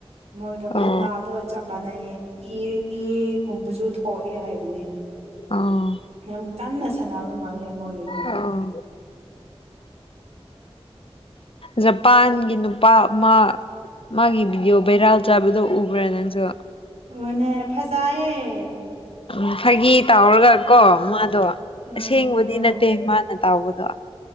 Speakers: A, on the right; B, on the left.
A: ꯃꯣꯏꯗ
B: ꯑꯣ
A: ꯈꯠꯕꯒ ꯆꯞ ꯃꯥꯟꯅꯩꯦ ꯏ ꯏꯒꯨꯝꯕꯁꯨ ꯊꯣꯛꯑꯦ ꯍꯥꯏꯕꯅꯦ
B: ꯑꯥ
A: ꯌꯥꯝ ꯀꯟꯅ ꯁꯥꯟꯅꯕ ꯃꯥꯂ ꯃꯣꯏꯒꯤꯗ
B: ꯑꯥ ꯖꯄꯥꯟꯒꯤ ꯅꯨꯄꯥ ꯑꯃ ꯃꯥꯒꯤ ꯚꯤꯗꯤꯑꯣ ꯚꯦꯔꯥꯜ ꯆꯥꯕꯗꯣ ꯎꯕ꯭ꯔꯥ ꯅꯪꯁꯨ
A: ꯑꯣꯅꯦ ꯐꯖꯌꯦꯦ
B: ꯎ ꯐꯥꯒꯤ ꯇꯥꯎꯔꯒ ꯀꯣ ꯃꯥꯗꯣ
A: ꯎꯝ
B: ꯑꯁꯦꯡꯕꯗꯤ
A: ꯎꯝ
B: ꯅꯠꯇꯦ ꯃꯥꯅꯦ ꯕꯗꯣ